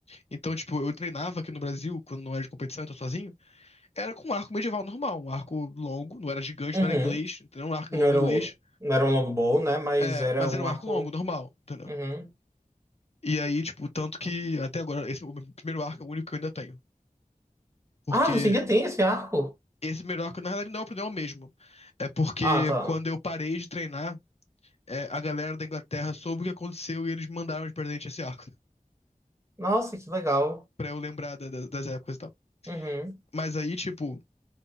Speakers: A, on the left; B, on the right.
A: Então, tipo, eu treinava aqui no Brasil, quando não era de competição, eu tô sozinho, era com um arco medieval normal, um arco longo, não era gigante,
B: Uhum.
A: não era inglês, entendeu? Um arco
B: Não
A: longo
B: era
A: inglês,
B: um, não era um longbow, né? Mas
A: é,
B: era
A: mas
B: um
A: era um
B: arco.
A: arco longo, normal, entendeu?
B: Uhum.
A: E aí, tipo, tanto que até agora, esse o meu primeiro arco é o único que eu ainda tenho. Porque
B: Ah, você ainda tem esse arco?
A: esse primeiro arco, na realidade, não é o problema mesmo. É porque
B: Ah, tá.
A: quando eu parei de treinar, é, a galera da Inglaterra soube o que aconteceu e eles me mandaram de presente esse arco.
B: Nossa, que legal.
A: Pra eu lembrar da- da- das épocas e tal.
B: Uhum,
A: Mas aí, tipo,